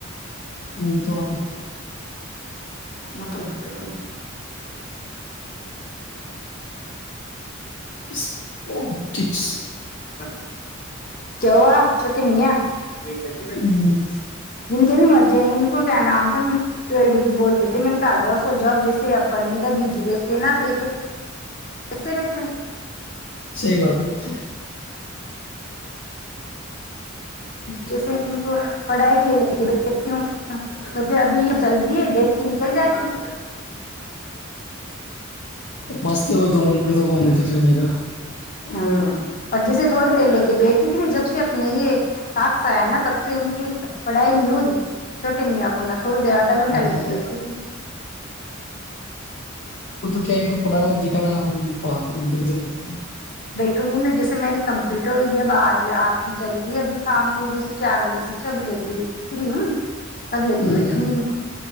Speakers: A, on the left; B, on the left.
A: ہ تو بابی
B: نک د کو
A: اسپورٹکس
B: کیو آ چھوٹی منیا ایکیک
A: ہوں
B: کے بھی مجے ہیں ان کو کیا نام ہم سےب ٹویل بجے بول دیتے میں نے کہ آ جاؤ سو جاؤ جیسے اپن نہیں تھا بیجی دیکھتے نا تو اد رتاا
A: صحی بات ہے سے
B: جے کو پڑھائی لینے تو پھر ابھی چل دیکھ کے نکل جاتی ہوں
A: مست ہی ہوئے تو کے تو گھوم گ فم دو
B: ہ اور جیسے تھوڑی دیر لے کے بیٹھتی تھی جب سے اپنے یہ ہاتھ سے آیا نا تب سے ان کی پڑھائی نہیں ہو رہی چھوٹی میاں کو نہ تھور د ادھ گھنٹا
A: ہاں
B: ل کے
A: آ انن کو پڑانا دکھ کہا ادھر ادھر بات کرو
B: ٹوں گی میں جیسے میری کمپلیٹ ہوئے گی اب آج آ کی چلتی ہے ابھی شام کو جیسے چار بجے سے چھ بجے کے بی فری ہوں تب لے
A: ہوں
B: کے بیٹھوں گی ان کو